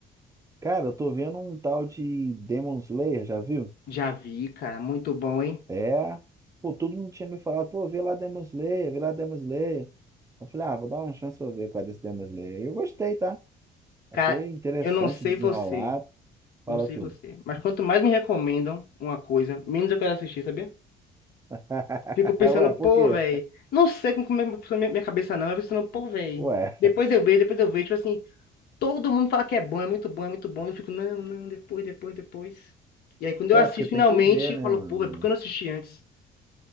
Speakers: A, on the right; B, on the left.
A: <laughs> Cara, eu tô vendo um tal de Demon Slayer, já viu?
B: Já vi, cara. Muito bom, hein?
A: É. Pô, todo mundo tinha me falado, pô, vê lá Demon Slayer, vê lá Demon Slayer. Eu falei, ah, vou dar uma chance pra eu ver qual é desse Demon Slayer. E eu gostei, tá? Achei
B: Cara,
A: interessante
B: eu não sei
A: desenrolar.
B: você.
A: Fala
B: Não sei
A: tudo.
B: você. Mas quanto mais me recomendam uma coisa, menos eu quero assistir, sabia?
A: <laughs>
B: Fico pensando,
A: Ué, por
B: pô,
A: quê?
B: velho. Não sei como como é minha minha cabeça não. Eu fico pensando, pô, velho.
A: Ué,
B: Depois eu vejo, depois eu vejo. Tipo assim, todo mundo fala que é bom, é muito bom, é muito bom. Eu fico, não, não, depois, depois, depois. E aí, quando eu
A: é
B: assisto
A: porque tem
B: finalmente,
A: que ver,
B: eu
A: né,
B: falo,
A: mano?
B: pô, velho, por que eu não assisti antes?